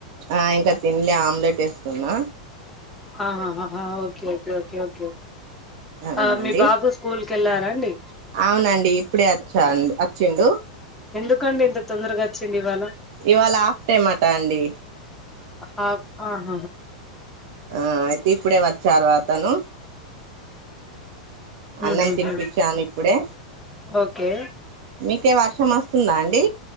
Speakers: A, on the right; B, in the centre.
A: ఆ ఇంక తిన్లే ఆమ్లెట్ ఎస్తున్నా
B: ఆహా ఆ ఓకే ఓకే ఓకే ఓకే
A: అవునండి
B: ఆ మీ బాబు స్ స్కూల్కి వెళ్లారా అండి
A: అవునండి ఇప్పుడే వచ్చా అచ్చిండు
B: ఎందుకండి ఇంత తొందరగా అ చ్చిండు ఇవాళ
A: ఇవాళ హాఫ్ టైమ్ అట అండి
B: హాఫ్ ఆహహ
A: ఆ అయితే ఇప్పుడే వచ్చారు అతను అన్నం
B: ఉహుహు
A: తినిపిచ్చాను ఇప్పుడే
B: ఓకే
A: మీకే వర్షం వస్తుందా అండి